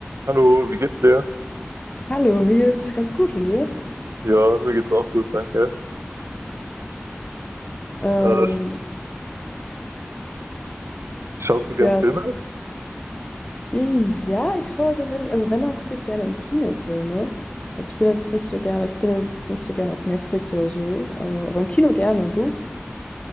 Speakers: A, on the right; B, on the left.
A: Hallo, wie geht's dir?
B: Hallo, mir geht's ganz gut und dir?
A: Ja, mir geht's auch gut, danke.
B: Ähm,
A: Äh, schaust du gern
B: ja,
A: Filme?
B: ja, ich schaue tatsächlich, also wenn, dann gucke ich gerne im Kino Filme. Also ich bin jetzt nicht so gerne, ich bin jetzt nicht so gerne auf Netflix oder so, äh, aber im Kino gerne und du?